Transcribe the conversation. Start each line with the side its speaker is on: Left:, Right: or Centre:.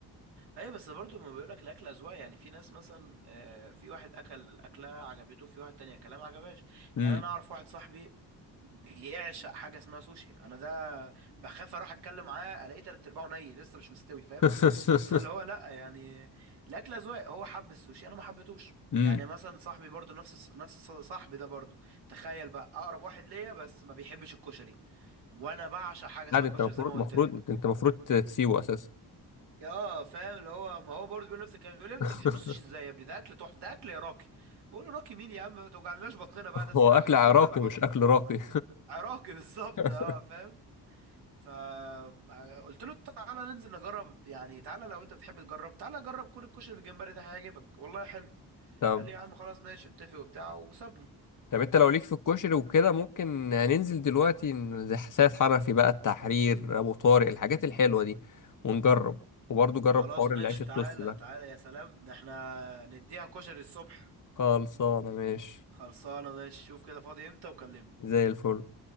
Right: ايوه بس برضو ما بيقولك الاكل اذواق يعني في ناس مثلا آه، في واحد اكل اكله عجبته في واحد تانية كلام عجبهاش
Left: امم
Right: يعني انا اعرف واحد صاحبي بيعشق حاجه اسمها سوشي انا ده بخاف اروح اتكلم معاه الاقيه تلات ارباعه ني لسه مش مستوي فاهم
Left: <laughs>
Right: <laughs> فاللي هو لا يعني الاكل اذواق هو حب السوشي انا ما حبيتهوش
Left: امم
Right: يعني مثلا صاحبي برضو نفس نفس صاحبي ده برضو تخيل بقى اقرب واحد ليا بس ما بيحبش الكشري وانا بعشق حاجه اسمها
Left: لا ده
Right: كشري
Left: انت المفروض
Right: زي ما
Left: المفروض
Right: قلت لك
Left: انت المفروض تسيبه اساسا
Right: اه فاهم اللي هو ما هو برضه بيقول نفس الكلام بيقول لي انت
Left: <laughs>
Right: بتحبش السوشي ازاي يا ابني ده اكل تحفه ده اكل عراقي بقول له راقي مين يا عم ما توجعناش بطننا بقى ده السيره
Left: هو اكل
Right: لوحدها
Left: عراقي
Right: بتوجع البطن
Left: مش اكل راقي
Right: عراقي <laughs> بالظبط
Left: <laughs>
Right: اه فاهم فقلت له تعالى ننزل نجرب يعني تعالى لو انت بتحب تجرب تعالى جرب كل الكشري بالجمبري ده هيعجبك والله حلو
Left: طب
Right: قال لي يا عم خلاص ماشي اتفق وبتاع وسابني
Left: طب انت لو ليك في الكشري وكده ممكن ننزل دلوقتي ن- زي سيد حنفي بقى التحرير ابو طارق الحاجات الحلوه دي ونجرب وبرضه جرب
Right: خلاص
Left: حوار العيش
Right: ماشي
Left: التوست
Right: تعالى
Left: ده
Right: تعالى يا سلام ده احنا نديها كشري الصبح
Left: خلصانه ماشي
Right: خلصانه ماشي شوف كده فاضي امتى وكلمني
Left: زي الفل